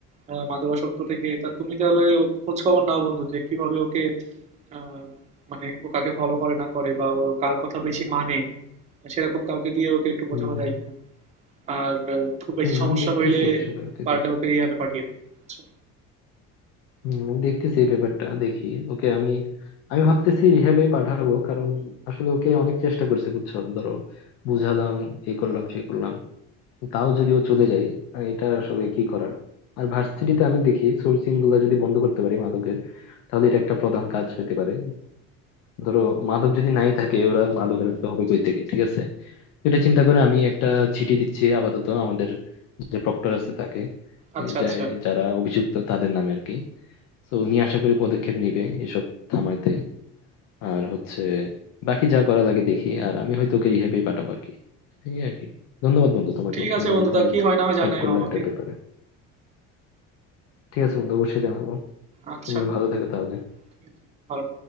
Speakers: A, on the right (about 25°); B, on the left (about 60°).
A: আহ, মাদকাসক্ত থেকে তা তুমি তাহলে খোঁজ খবর নাও বন্ধু যে কিভাবে ওকে আহ, মানে ও কাকে ফলো করে না করে বা ও কার কথা বেশি মানে সেরকম কাউকে দিয়ে ওকে একটু বোঝানো
B: হম
A: যায় কিনা আর আহ, খুব বেশি
B: হম
A: সমস্যা
B: আমি দেখতেছি
A: হইলে
B: আসলে ওকে
A: পারলে
B: দেখি
A: ওকে রিহ্যাবে পাঠিয়ে দাও বুঝছো?
B: হম আমি দেখতেছি এই ব্যাপারটা দেখি ওকে আমি আমি ভাবতেছি রিহ্যাবে পাঠাবো কারণ আসলে ওকে অনেক চেষ্টা করছে বুঝছো ধরো বুঝালাম এই করলাম সেই করলাম তাও যদি ও চলে যায় আহ, এটা আসলে কি করার আর ভার্সিটিতে আমি দেখি সোর্সিং গুলো যদি বন্ধ করতে পারি মাদকের তাহলে এটা একটা প্রধান কাজ হতে পারে ধরো মাদক যদি নাই থাকে ওরা মাদক রাখতে হবে কই থেকে ঠিক আছে এটা চিন্তা করে আমি একটা চিঠি দিচ্ছি আপাতত আমাদের যে প্রক্টর আছে তাকে
A: আচ্ছা
B: এই যা-
A: আচ্ছা
B: যারা অভিযুক্ত তাদের নামে আর কি তো উনি আশা করি পদক্ষেপ নিবে এসব থামাইতে আর হচ্ছে বাকি যা করা লাগে দেখি আর আমি হয়তো ওকে রিহ্যাবে পাঠাবো আর কি এই আর কি ধন্যবাদ বন্ধু তোমাকে
A: ঠিক
B: তুমি
A: আছে বন্ধু
B: আমাকে
A: তা
B: অনেক
A: কি হয় না হয় জানাইও
B: হেল্প করলো
A: আমাকে
B: এটার ব্যাপারে ঠিক আছে বন্ধু অবশ্যই জানাবো
A: আচ্ছা
B: তুমিও ভালো থাকো তাহলে
A: ঠিক আছে, ভালো